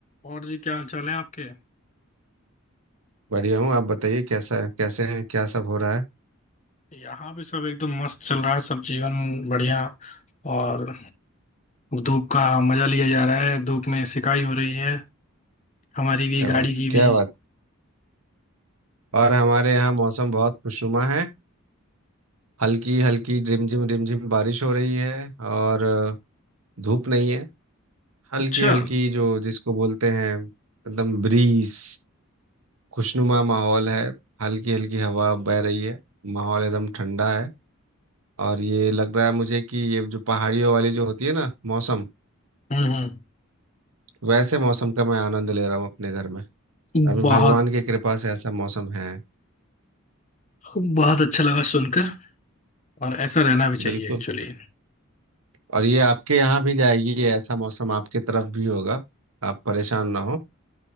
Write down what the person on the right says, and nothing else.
बढ़िया हूँ आप बताइए कैसा है कैसे हैं क्या सब हो रहा है
क्या
बात है
क्या
बात है। और हमारे यहाँ मौसम बहुत खुशनुमा है हल्की हल्की रिमझिम रिमझिम बारिश हो रही है और अ, धूप नहीं है हल्की
हल्की जो जिसको बोलते हैं एकदम ब्रीस खुशनुमा माहौल है हल्की हल्की हवा बह रही है माहौल एकदम ठंडा है और ये लग रहा है मुझे कि ये जो पहाड़ियों वाली जो होती है ना मौसम
वैसे मौसम का मैं आनंद ले रहा हूँ अपने घर में
अभी भगवान की कृपा से ऐसा मौसम है
बिल्कुल
और ये आपके यहाँ भी जाएगी ये ऐसा मौसम आपके तरफ भी होगा आप परेशान ना हो